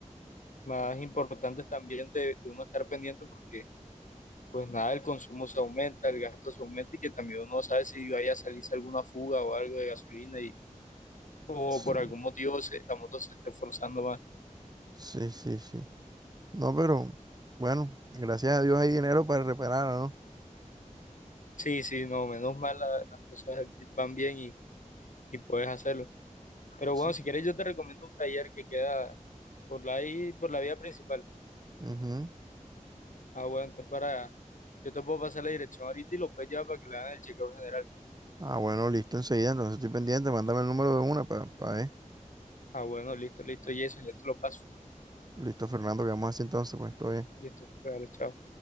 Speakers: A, on the left; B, on the right.
A: más importantes también de de uno estar pendiente porque pues nada, el consumo se aumenta, el gasto se aumenta y que también uno no sabe si vaya a salirse alguna fuga o algo de gasolina y o
B: Sí,
A: por algún motivo se- la moto se esté forzando más.
B: sí, sí, sí. No, pero bueno, gracias a Dios hay dinero para repararla, ¿no?
A: Sí, sí, no, menos mal la- las cosas van bien y, y puedes hacerlo. Pero
B: Sí.
A: bueno, si quieres yo te recomiendo un taller que queda por la ahí, por la vía principal.
B: Ujú.
A: Ah, bueno, entonces para, yo te puedo pasar la dirección ahorita y lo puedes llevar para que le hagan el chequeo general.
B: Ah, bueno, listo, enseguida. Entonces estoy pendiente. Mándame el número de una para ver.
A: Ah, bueno, listo, listo, Jason, ya te lo paso.
B: Listo, Fernando, quedamos así entonces, pues todo bien.
A: Listo, dale, chao.